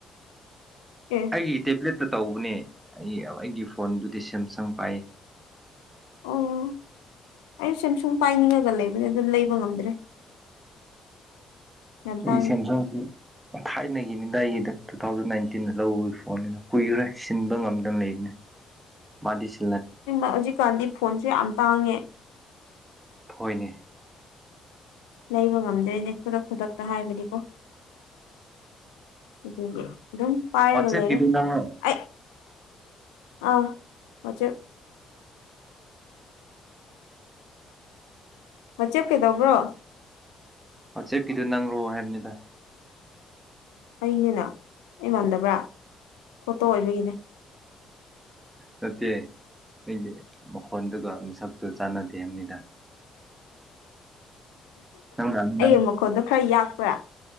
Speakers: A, on the left; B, on the right.
A: ꯑꯦ
B: ꯑꯩꯒꯤ ꯇꯦꯕ꯭ꯂꯦꯠꯇ ꯇꯧꯕꯅꯦ ꯑꯩ ꯑꯩꯒꯤ ꯐꯣꯟꯗꯨꯗꯤ ꯁꯦꯝꯁꯪ ꯄꯥꯏꯌꯦ
A: ꯑꯣ ꯑꯩ ꯁꯦꯝꯁꯨꯡ ꯄꯥꯏꯅꯤꯡꯉꯒ ꯂꯩꯕꯅꯦ ꯑꯗꯨꯝ ꯂꯩꯕ ꯉꯝꯗ꯭ꯔꯦ ꯌꯥꯝ ꯇꯥꯡꯉꯦ
B: ꯑꯩ ꯁꯦꯝꯁꯪꯁꯤ ꯊꯥꯏꯅꯒꯤꯅꯤ ꯑꯗꯥ ꯑꯩꯒꯤꯗ ꯇꯨ ꯊꯥꯎꯖꯟ ꯅꯥꯏꯟꯇꯤꯟꯗ ꯂꯧꯧꯕꯒꯤ ꯐꯣꯟꯅꯤꯅ ꯀꯨꯏꯈ꯭ꯔꯦ ꯁꯤꯟꯕ ꯉꯝꯗꯅ ꯂꯩꯕꯅꯦ ꯃꯥꯗꯤꯁꯤ
A: ꯍꯧꯖꯤꯛꯀꯥꯟꯗꯤ ꯐꯣꯟꯁꯨ ꯌꯥꯝ ꯇꯥꯡꯉꯦ
B: ꯍꯣꯏꯅꯦ
A: ꯂꯩꯕ ꯉꯝꯗꯣꯏꯅꯦ ꯈꯨꯗꯛ ꯈꯨꯗꯛꯇ ꯍꯥꯏꯕꯅꯤꯀꯣ ꯑꯗꯨꯗꯤ ꯑꯗꯨꯝ ꯄꯥꯏꯔꯒ
B: ꯋꯥꯆꯦꯞꯀꯤꯗꯨ
A: ꯂꯩꯔꯦ
B: ꯅꯪꯔꯣ
A: ꯑꯩ ꯑꯥ ꯃ ꯆꯠ ꯃꯆꯦꯞ ꯀꯩꯗꯧꯕ꯭ꯔꯣ
B: ꯑꯣ ꯆꯦꯞꯀꯤꯗꯨ ꯅꯪꯔꯣꯑꯣ ꯍꯥꯏꯕꯅꯤꯗ
A: ꯑꯩꯅꯤꯅ ꯑꯩ
B: <unintelligible>
A: ꯃꯥꯟꯗꯕ꯭ꯔꯥ ꯐꯣꯇꯣ ꯑꯣꯏꯕꯒꯤꯅꯦ
B: ꯅꯠꯇꯦ ꯑꯩꯒꯤ ꯃꯈꯣꯟꯗꯨꯒ ꯃꯁꯛꯇꯨ ꯆꯥꯟꯅꯗꯦꯕꯅꯤꯗ
A: <unintelligible>
B: ꯅꯪ ꯂꯥꯜꯂꯤ
A: ꯑꯩꯒꯤ ꯃꯈꯣꯟꯗꯣ ꯈꯔ ꯌꯥꯛꯄ꯭ꯔꯥ